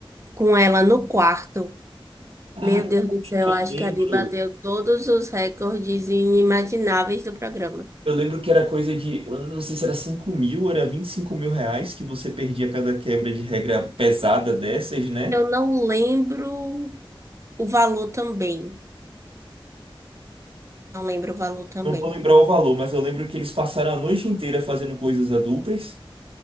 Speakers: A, on the right; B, on the right.
A: com ela no quarto,
B: Ah,
A: meu Deus
B: o
A: do
B: que
A: céu,
B: que eu
A: acho
B: lembro.
A: que ali bateu todos os recordes inimagináveis do programa.
B: Eu lembro que era coisa de, eu não sei se era 5 mil ou era 25 mil reais que você perdia cada quebra de regra pesada dessas, né?
A: Eu não lembro o valor também. Não lembro o valor também.
B: Não vou lembrar o valor, mas eu lembro que eles passaram a noite inteira fazendo coisas adultas,